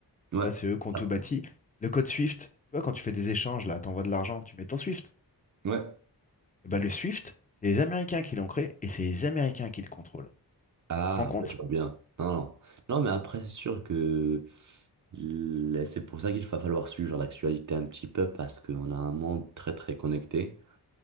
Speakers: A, on the right; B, on the left.
A: Ouais,
B: Tu vois, c'est eux qui
A: ça.
B: ont tout bâti. Le code SWIFT, tu vois, quand tu fais des échanges, là, t'envoies de l'argent, tu mets ton SWIFT.
A: Ouais.
B: Et ben le SWIFT, c'est les Américains qui l'ont créé et c'est les Américains qui le contrôlent.
A: Ah,
B: Tu te rends compte?
A: bah, je vois bien. Non, non. Non, mais après, c'est sûr que l- c'est pour ça qu'il va falloir suivre l'actualité un petit peu parce qu'on a un monde très, très connecté.